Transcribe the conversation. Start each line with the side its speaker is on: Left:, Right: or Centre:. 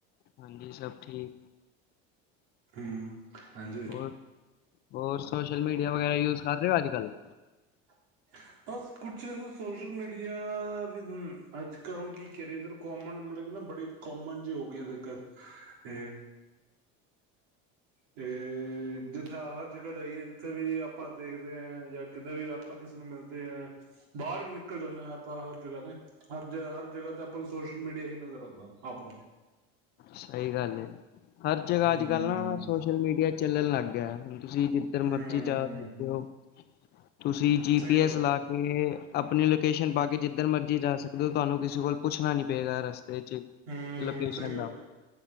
Left: ਹਾਂਜੀ ਸਭ ਠੀਕ।
Right: ਹਮ ਹਾਂਜੀ
Left: ਹੋਰ ਹੋਰ ਸੋਸ਼ਲ ਮੀਡੀਆ ਵਗੈਰਾ ਯੂਜ ਕਰ ਰਹੇ ਹੋ ਅੱਜ ਕੱਲ੍ਹ?
Right: ਹ। ਬਸ ਕੁਛ ਸੋਸ਼ਲ ਮੀਡੀਆ, ਵੀ ਅੱਜ ਕ ਕੀ ਕਰੀਏ ਕੋਮਣ <unintelligible> ਬੜੀ ਕੋਮਨ ਜਿ ਹੋ ਗਈ ਹੈ ਦਿੱਕ ਇਹ ਤੇ ਜਿੱਥੇ ਹਰ ਜਗ੍ਹਾ ਜਾਈਏ ਜਿੱਥੇ ਵੀ ਆਪਾਂ ਦੇਖਦੇ ਏ ਜਾਂ ਕਿਤੇ ਵੀ ਆਪਾਂ ਕਿਸੇ ਨੂੰ ਮਿਲਦੇ ਐ, ਬਾਹਰ ਈ ਨਿਕਲ ਜਾਂਨੇ ਆਪਾਂ ਹਰ ਜਗ੍ਹਾ ਤੇ, ਹਰ ਹਰ ਜਗ੍ਹਾ ਤੇ ਆਪਾਂ ਸੋਸ਼ਲ ਮੀਡੀਆ ਹੀ ਨਜ਼ਰ ਆਂਦਾ <unintelligible>
Left: ਸਹੀ ਗੱਲ ਏ, ਹਰ ਜਗ੍ਹਾ
Right: ਹਮ
Left: ਅੱਜ ਕੱਲ੍ਹ ਨਾ ਸੋਸ਼ਲ ਮੀਡੀਆ ਚਲਲ ਲਅੱ ਗਿਆ ਏ ਤੁਸੀਂ ਜਿੱਧਰ
Right: ਹਮ
Left: ਮਰਜ਼ੀ ਜਾ ਸਕਦੇ ਹੋ, ਤੁਸੀਂ ਜੀ
Right: ਸਹੀ
Left: ਪੀ
Right: ਗੱਲ
Left: ਐਸ
Right: ਹੈ
Left: ਲਾ ਕੇ ਅਪਨੀ ਲੋਕੇਸ਼ਨ ਪਾ ਕੇ ਜਿੱਧਰ ਮਰਜ਼ੀ ਜਾ ਸਕਦੇ ਹੋ, ਤੁਹਾਨੂੰ ਕਿਸੇ ਕੋਲ ਪੁੱਛਨਾ ਨੀ ਪਏਗਾ ਰਸਤਾ <unintelligible>
Right: ਹਮ
Left: ਲੋਕੇਸ਼ਨ
Right: ਸਹੀ ਗੱਲ
Left: ਦਾ
Right: ਹੈ